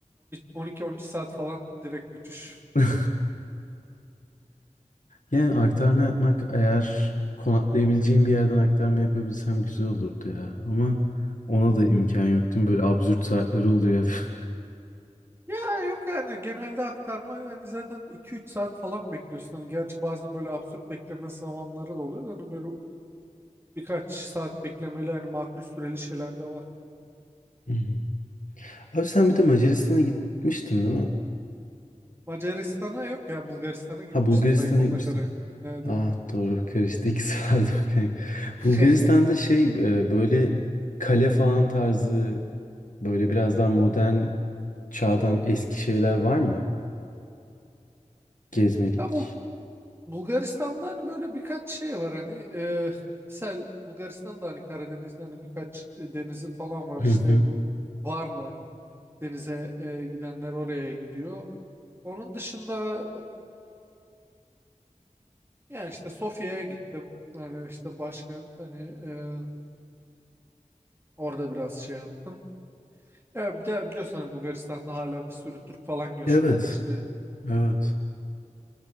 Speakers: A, on the right; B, on the left.
A: 12-13 saat falan direkt uçuş.
B: <laughs> Yani aktarma yapmak eğer konaklayabileceğim bir yerden aktarma yapabilsem güzel olurdu ya. Ama ona da imkan yok değil mi? Böyle absürt saatleri oluyor hep. <laughs>
A: Ya yok yani genelde aktarma yani zaten iki üç saat falan bekliyorsun. Hani gerçi bazen böyle absürt bekleme zamanları da oluyor. da Hani böyle birkaç saat beklemeli hani makul süreli şeyler de var.
B: Hmm. Abi sen bir de Macaristan'a gitmiştin değil mi?
A: Macaristan'a yok ya Bulgaristan'a gitmiştim
B: Ha Bulgaristan'a
A: belki onda
B: gitmiştin.
A: kararım. Nerede?
B: Ah doğru karıştı ikisi <laughs> vardı bakayım.
A: <laughs>
B: Bulgaristan'da şey e, böyle kale falan tarzı böyle biraz daha modern çağdan eski şeyler var mı? Gezmelik.
A: Ya bu Bulgaristan'da hani böyle birkaç şey var hani e, misal Bulgaristan'da hani Karadeniz'de hani birkaç e, denizi falan var
B: Hı
A: işte
B: hı.
A: bu Varna denize e, gidenler oraya gidiyor. Onun dışında Yani işte Sofya'ya gittim. Hani işte başkent hani e, orada biraz şey yaptım. Ya bir de biliyorsun hani Bulgaristan'da hala bir sürü Türk falan yaşıyor
B: Evet.
A: hani işte
B: Evet.